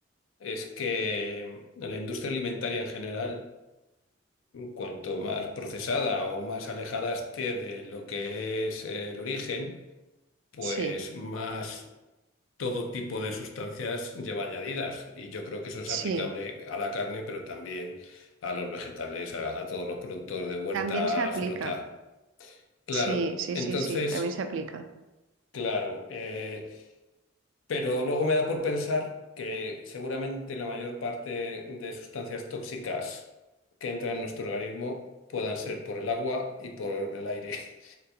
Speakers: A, on the left (about 80°); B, on the right (about 70°).
A: es que mm, la industria alimentaria en general, cuanto más procesada o más alejada esté de lo que es eh, el origen, pues
B: Sí,
A: más todo tipo de sustancias lleva añadidas. Y yo creo que eso es
B: sí,
A: aplicable a la carne, pero también a los vegetales, a, a todos los productos de huerta,
B: también se aplica.
A: fruta. Claro,
B: Sí, sí,
A: entonces,
B: sí, sí, también se aplica.
A: claro, eh, pero luego me da por pensar que seguramente la mayor parte de sustancias tóxicas que entran en nuestro organismo puedan ser por el agua y por el aire. <laughs>